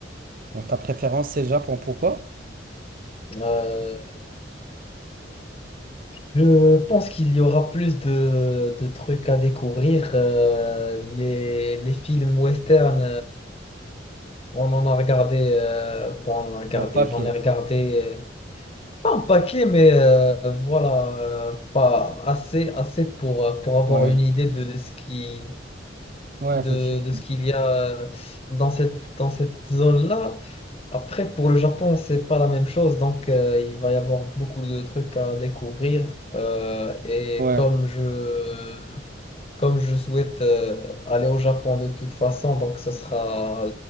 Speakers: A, on the right; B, on the left.
A: Donc ta préférence c'est le Japon, pourquoi?
B: Euh, je pense qu'il y aura plus de, de trucs à découvrir. euh, les, les films western On en a regardé, euh, bon, on en a regardé,
A: Un paquet.
B: j'en ai regardé, euh, pas un paquet, mais euh, voilà, euh, pas assez, assez pour, euh, pour avoir
A: Ouais,
B: une idée de ce qui,
A: ouais,
B: de,
A: effectivement.
B: de ce qu'il y a euh, dans cette, dans cette zone-là. Après, pour le Japon, c'est pas la même chose, donc euh, il va y avoir beaucoup de trucs à découvrir. Euh, et
A: Ouais,
B: comme je, comme je souhaite euh, aller au Japon de toute façon, donc ce sera